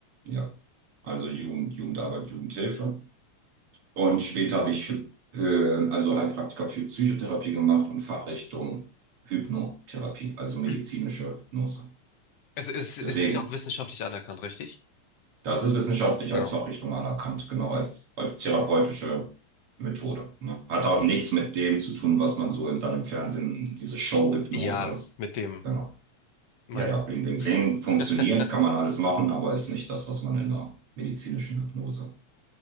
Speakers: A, on the right (about 55°); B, on the left (about 60°).
A: ja. Also Jugend, Jugendarbeit, Jugendhilfe. Und später habe ich äh, also Heilpraktiker für Psychotherapie gemacht und Fachrichtung Hypnotherapie,
B: <clears throat>
A: also medizinische
B: Mhm.
A: Hypnose.
B: Es ist, es
A: Deswegen.
B: ist ja auch wissenschaftlich anerkannt, richtig?
A: Das ist wissenschaftlich
B: Genau.
A: als Fachrichtung anerkannt, genau, als, als therapeutische Methode. Ne? Hat auch nichts mit dem zu tun, was man so in, dann im Fernsehen, diese Show-Hypnose,
B: Ja, mit dem,
A: genau.
B: mein.
A: Ja, ja, bling, bling, bling, funktioniert,
B: <laughs>
A: kann man alles machen, aber ist nicht das, was man in der medizinischen Hypnose